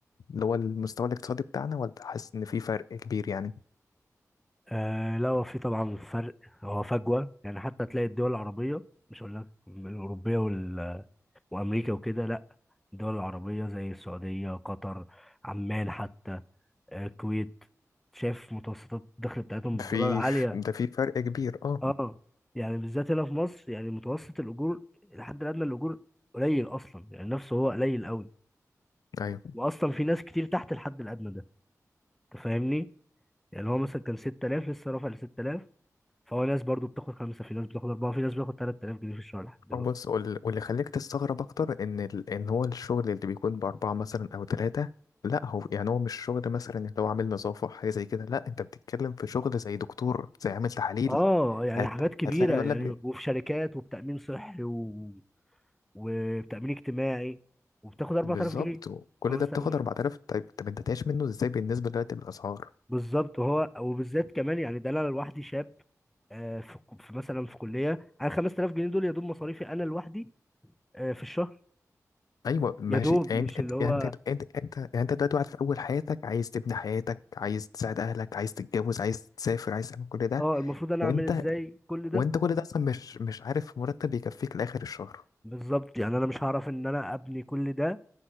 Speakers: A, on the left; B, in the centre.
A: اللي هو المستوى الاقتصادي بتاعنا ولا حاسس ان في فرق كبير يعني
B: آه لا هو في طبعا فرق هو فجوه يعني حتى تلاقي الدول العربيه مش هقول لك الاوروبيه وال... وامريكا وكده لا الدول العربيه زي السعوديه قطر عمان حتى آه، الكويت شايف متوسطات الدخل بتاعتهم بالدولار
A: في
B: عاليه
A: ده في فرق كبير اه
B: اه يعني بالذات هنا في مصر يعني متوسط الاجور الحد الادنى الاجور قليل اصلا يعني نفسه هو قليل قوي
A: ايوه
B: واصلا في ناس كتير تحت الحد الادنى ده انت فاهمني يعني هو مثلا كان 6000 لسه رافع ل 6000 فهو ناس برضو بتاخد خمسة في ناس بتاخد أربعة في ناس بتاخد 3000 جنيه في الشهر لحد دلوقتي
A: أو بص وال- واللي خليك تستغرب اكتر ان ال... ان هو الشغل اللي بيكون باربعة مثلا او ثلاثة لا هو يعني هو مش شغل مثلا اللي هو عامل نظافة حاجة زي كده لا انت بتتكلم في شغل زي دكتور زي عامل تحاليل
B: اه يعني
A: هت...
B: حاجات كبيرة
A: هتلاقي يقول
B: يعني
A: لك بي-
B: وفي شركات وبتأمين صحي و... وبتأمين اجتماعي وبتاخد 4000
A: بالظبط
B: جنيه
A: وكل
B: 5000
A: ده بتاخد
B: جنيه
A: 4000 طيب طب انت تعيش منه ازاي بالنسبة دلوقتي للأسعار
B: بالظبط وهو وبالذات كمان يعني ده انا لوحدي شاب آه، في في مثلا في كلية انا 5000 جنيه دول يا دوب مصاريفي انا لوحدي آه، في الشهر
A: ايوه ماشي
B: يا دوب
A: يعني
B: مش
A: انت كت-
B: اللي هو
A: يعني انت انت انت يعني انت دلوقتي واحد في اول حياتك عايز تبني حياتك عايز تساعد اهلك عايز تتجوز عايز تسافر عايز تعمل كل ده
B: اه المفروض انا
A: وانت
B: اعمل ازاي كل ده
A: وانت
B: ب-
A: كل ده اصلا مش مش عارف مرتب يكفيك لاخر الشهر
B: بالظبط يعني انا مش هعرف ان انا ابني كل ده